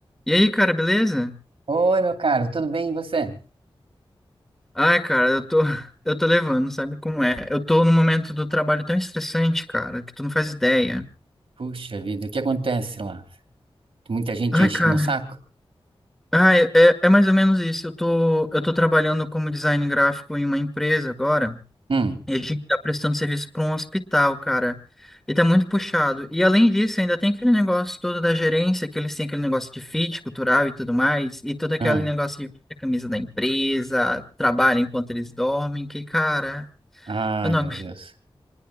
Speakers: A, in the centre; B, on the right.
A: E aí, cara, beleza?
B: Oi, meu caro, tudo bem? E você?
A: Ai, cara, eu tô, <laughs> eu tô levando, sabe como é? Eu tô num momento do trabalho tão estressante, cara, que tu não faz ideia.
B: Puxa vida, o que acontece lá? Muita gente
A: Ai,
B: enchendo
A: cara.
B: o saco?
A: Ai, é, é mais ou menos isso. Eu tô, eu tô trabalhando como design gráfico em uma empresa agora,
B: Hum,
A: e a gente tá prestando serviço para um hospital, cara. E tá muito puxado. E além disso, ainda tem aquele negócio todo da gerência, que eles têm aquele negócio de fit cultural e tudo mais, e todo aquele
B: hum.
A: negócio de vestir a camisa da empresa, trabalha enquanto eles dormem, que, cara.
B: Ai,
A: Eu não
B: meu Deus.